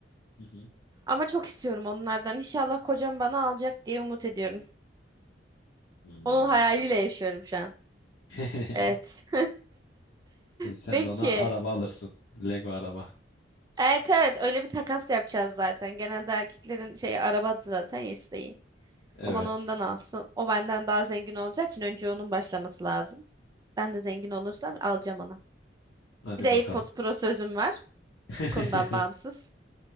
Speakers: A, on the left (about 65°); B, on the right (about 20°).
A: Hı hı.
B: Ama çok istiyorum onlardan. İnşallah kocam bana alacak diye umut ediyorum.
A: Hmm.
B: Onun hayaliyle yaşıyorum şu an.
A: <laughs>
B: Evet.
A: E Sen
B: <laughs>
A: de ona
B: Peki.
A: araba alırsın. Lego araba.
B: Evet evet öyle bir takas yapacağız zaten. Genelde erkeklerin şey arabadır zaten isteği.
A: Evet.
B: O bana ondan alsın. O benden daha zengin olacağı için önce onun başlaması lazım. Ben de zengin olursam alacağım ona.
A: Hadi
B: Bir de AirPods
A: bakalım.
B: Pro sözüm var.
A: <laughs>
B: konudan bağımsız.